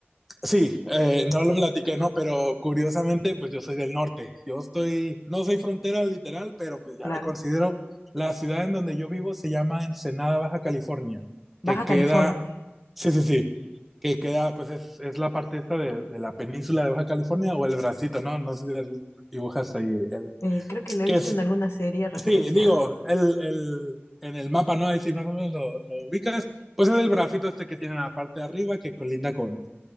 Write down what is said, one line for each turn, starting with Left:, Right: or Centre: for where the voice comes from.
Centre: sí, eh, no lo platiqué, no, pero curiosamente, pues yo soy del norte. Yo estoy, no soy frontera literal, pero pues ya
Left: Claro.
Centre: me considero, la ciudad en donde yo vivo se llama Ensenada, Baja California,
Left: Baja
Centre: que queda,
Left: California.
Centre: sí, sí, sí, que queda, pues es, es la parte esta de, de, la península de Baja California o el bracito, ¿no? No sé si las dibujas ahí, el,
Left: Eh, creo que lo he
Centre: que
Left: visto
Centre: es,
Left: en alguna serie referenciada.
Centre: Sí, digo, el, el, en el mapa, ¿no? Ahí sí más o menos lo, lo ubicas. Pues es el bracito este que tiene en la parte de arriba que colinda con,